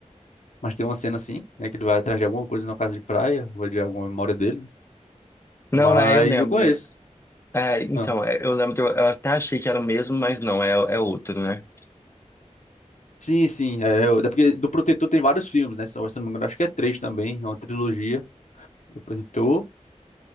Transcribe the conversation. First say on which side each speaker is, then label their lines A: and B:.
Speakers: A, on the left; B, on the left.
A: mas tem uma cena assim, né, que ele vai atrás de alguma coisa numa casa de praia, ou de alguma memória dele,
B: Não,
A: mas
B: é, eu lembro.
A: eu conheço.
B: É, então,
A: Ah,
B: é, eu lembro, eu até achei que era o mesmo, mas não, é, é outro, né?
A: Sim, sim, é, é é porque do Protetor tem vários filmes, né? Se eu não me engano, acho que é três também, é uma trilogia. Depositou.